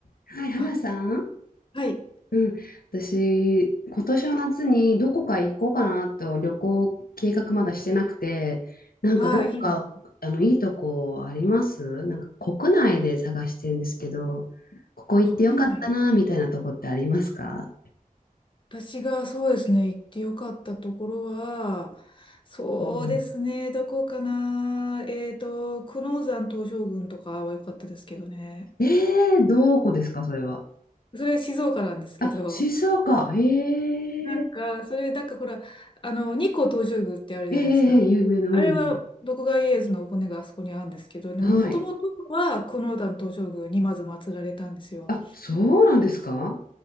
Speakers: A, on the left (about 85°); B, on the left (about 35°).
A: はい、花さん。
B: あ、はい、
A: うん。私、今年の夏にどこか行こうかなと旅行計画まだしてなくて、なんかどっか、
B: はい、いいです。
A: あの、いいとこありますなんか国内で探してるんですけど、ここ行ってよかったな、
B: 国内。
A: みたいなとこってありますか
B: 私がそうですね、行ってよかったところは、そうですね、
A: うん、
B: どこかな。えっと、久能山東照宮とかは良かったですけどね。
A: えー、どこですか、それは。
B: それは静岡なんですけど、
A: あ、静岡。へー
B: なんか、それ、なんかほら、あの、日光東照宮ってあるじゃないですか。
A: えー、えー、えー有名な、うん。
B: あれは、徳川家康のお骨があそこにあるんですけどね、
A: はい。
B: もともとは久能山東照宮にまず祀られたんですよ。
A: あ、そうなんですか